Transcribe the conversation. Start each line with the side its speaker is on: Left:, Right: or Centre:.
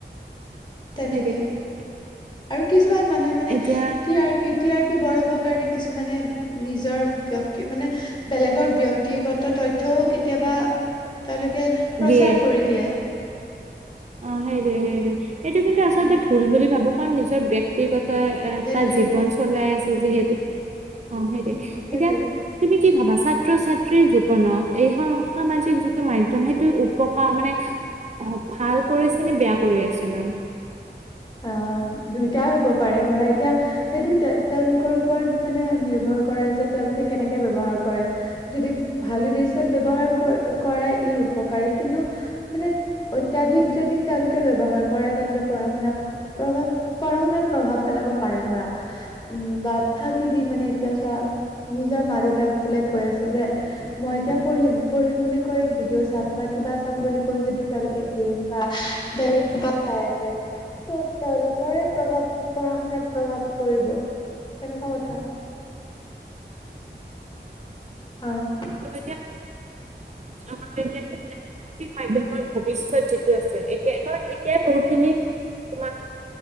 Right: <unintelligible>
Left: তেনেকে আৰু কিছুমান মানুহে মানে
Right: এতিয়া
Left: টি আৰ পিত টি আৰ পি বঢ়াবৰ কাৰণে কিছুমানে নিজৰ ব্যক্তি মানে বেলেগৰ ব্যক্তিগত তথ্যও কেতিয়াবা তেওঁলোকে প্ৰচাৰ
Right: দিয়ে
Left: কৰি দিয়ে।
Right: অ', সেইটোৱে সেইটোৱে এইটো কিন্তু আচলতে
Left: উম
Right: ভুল বুলি ভাবো, কাৰণ নিজৰ ব্যক্তিগত এ
Left: সেইটোৱে
Right: তাৰ জীৱন চলাই আছে যিহেতু অ', সেইটোৱেই।
Left: উম সেইটোৱে
Right: এতিয়া তুমি কি ভাবা, ছাত্ৰ ছাত্ৰীৰ জীৱনত এই স-সামাজিক টো মাধ্যম সেইটো উপকাৰ মানে ভাল কৰিছে নে, বেয়া কৰি আছে মানে? <inaudible>
Left: অ', দুইটাই হ'ব পাৰে, ধৰা এতিয়া সেইটো তে-তেওঁলোকৰ ওপৰত মানে নিৰ্ভৰ কৰে, যে তেওঁলোকে কেনেকে ব্যৱহাৰ কৰে। যদি ভাল উদ্দেশ্যত ব্যবহাৰ ক- কৰে ই উপকাৰী, কিন্তু মানে অত্যাধিক যদি তেওঁলোকে ব্যবহাৰ কৰে তেন্তে পঢ়া-শুনাত প্ৰভাৱ পঢ়া-শুনাত প্ৰভাৱ পেলাব পাৰে ধৰা। উম, বা ফাঁকি দি মানে এতিয়া চোৱা নিজৰ মা দেউতাক বোলে কৈ আছে যে মই এতিয়া পঢ়িম পঢ়িম বুলি কৈ ভিডিঅ' চাম বা কিবা চাম বুলি কৈ যদি তেওঁলোকে গে'ম বা বেলেগ কিবা চাই আছে, ত' তেওঁলোকৰে প্ৰভাৱ পঢ়া শুনাত প্ৰভাৱ পৰিব। তেনেকুৱা কথা। অ'।
Right: ত' এতিয়া স্কুল খুলিলে এতিয়া সামাজিক মাধ্যমৰ ভৱিষ্যত যিটো আছে, এতিয়া এতিয়া বহুত খিনি তোমাৰ